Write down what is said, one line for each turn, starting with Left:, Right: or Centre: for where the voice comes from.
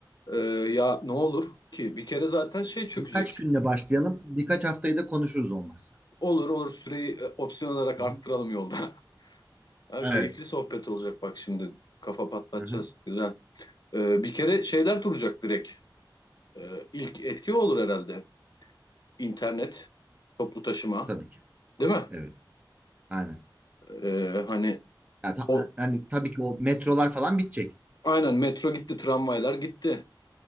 Left: Ee, ya ne olur ki bir kere zaten şey çökecek.
Right: Birkaç günle başlayalım. Birkaç haftayı da konuşuruz olmazsa.
Left: Olur olur süreyi e, opsiyon olarak
Right: Hı
Left: arttıralım
Right: hı.
Left: yolda. <laughs> Ha,
Right: Evet.
Left: keyifli sohbet olacak bak şimdi. Kafa patlatacağız.
Right: Hı hı.
Left: Güzel. Ee, bir kere şeyler duracak direkt. Ee, ilk etki o olur herhalde. İnternet, toplu taşıma,
Right: Tabii ki.
Left: değil mi?
Right: Evet. Aynen.
Left: Ee, hani
Right: Yani, ta-
Left: o
Right: hani tabii ki o metrolar falan bitecek.
Left: aynen metro gitti, tramvaylar gitti.